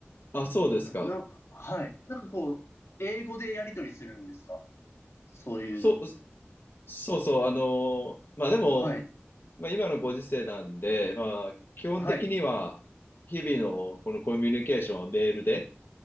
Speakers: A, on the left; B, on the left.
A: あ、そうですか。
B: な、なはい。なんかこう、英語でやり取りするんですかそういうの。
A: そ、そうそう、あの、まあでも、
B: はい。
A: まあ今のご時世なんで、まあ基本的には日々のこのコミュニケーションはメールで、
B: はい。